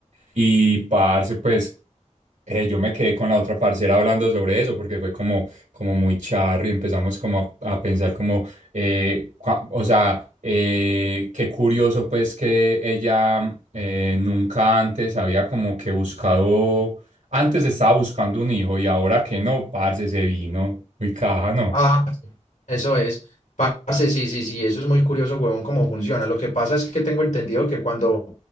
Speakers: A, on the right; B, on the left.
A: y parce, pues... Eh, yo me quedé con la otra parcera hablando sobre eso porque fue como, como muy charro y empezamos como a, a pensar como, eh, cua- o sea, eh, qué curioso pues que ella eh, nunca antes había como que buscado, antes estaba buscando un hijo y ahora que no, parce, se vino, muy caja, ¿no?
B: Ah, sí, eso es. Parce, sí, sí, sí, eso es muy curioso, huevón, cómo funciona. Lo que pasa es que tengo entendido que cuando